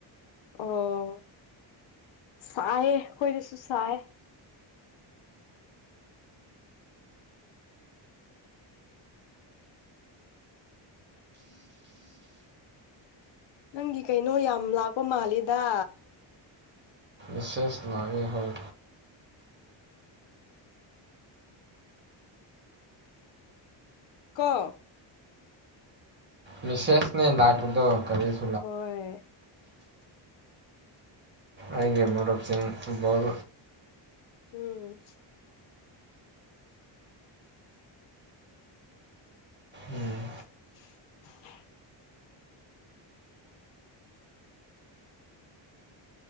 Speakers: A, on the left (about 70°); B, on the right (about 25°).
A: ꯑꯣ ꯁꯥꯏ ꯀꯣꯏꯗꯁꯨ ꯁꯥꯏ ꯅꯪꯒꯤ ꯀꯩꯅꯣ ꯌꯥꯝ ꯂꯥꯛꯄ ꯃꯥꯜꯂꯤꯗ
B: ꯁꯦꯁ ꯂꯥꯛꯦ ꯍꯣꯏ
A: ꯀ
B: ꯃꯤꯁꯦꯁꯅꯦ ꯂꯥꯥꯛꯄꯗꯣ ꯀꯔꯤꯁ
A: ꯍꯣꯏ
B: ꯑꯩꯒꯤ ꯃꯔꯨꯞꯁꯤꯡ ꯕꯣꯜ
A: ꯎꯝ
B: ꯎꯝ
A: ꯇꯥꯗꯔꯦ <inaudible>